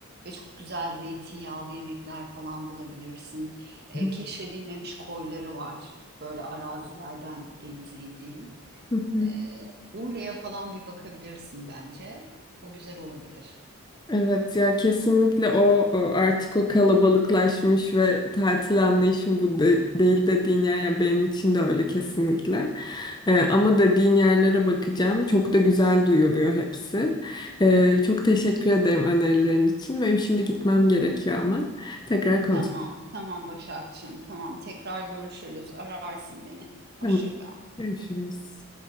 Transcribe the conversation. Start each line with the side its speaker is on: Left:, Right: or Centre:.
Right: ve çok güzel zeytinyağlı yemekler falan bulabilirsin. E,
Left: hı,
Right: keşfedilmemiş koyları var. Böyle arazilerden denize indiğin.
Left: hı hı.
Right: E, Urla'ya falan bir bakabilirsin bence. O güzel olabilir.
Left: Evet ya kesinlikle o, o artık o kalabalıklaşmış ve tatil anlayışım bu de- değil dediğin yer yani benim için de öyle kesinlikle. Ee, ama dediğin yerlere bakacağım. Çok da güzel duyuluyor hepsi. Ee, çok teşekkür ederim önerilerin için. Benim şimdi gitmem gerekiyor ama tekrar konuşalım.
Right: Tamam, tamam Başakçığım. Tamam, tekrar görüşürüz. Ararsın beni. Hoşça
Left: Tamam,
Right: kal.
Left: görüşürüz.